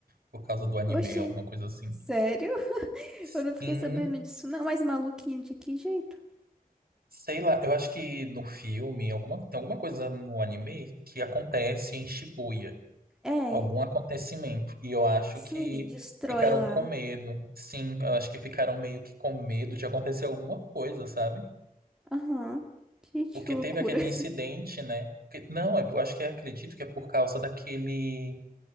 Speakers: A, on the right; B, in the centre.
A: Por causa do anime,
B: Oxi,
A: alguma coisa assim.
B: sério? <laughs>
A: Sim,
B: Eu não fiquei sabendo disso, não. Mas maluquinho de que jeito?
A: sei lá, eu acho que no filme, alguma, tem alguma coisa no anime que acontece em Shibuya.
B: É,
A: algum acontecimento. E eu acho
B: sim,
A: que
B: ele destrói
A: ficaram
B: lá.
A: com medo. Sim, eu acho que ficaram meio que com medo de acontecer alguma coisa, sabe?
B: Aham. Gente,
A: Porque
B: que loucura.
A: teve aquele
B: <laughs>
A: incidente, né? Porque- não, é- eu acho que acredito que é por causa daquele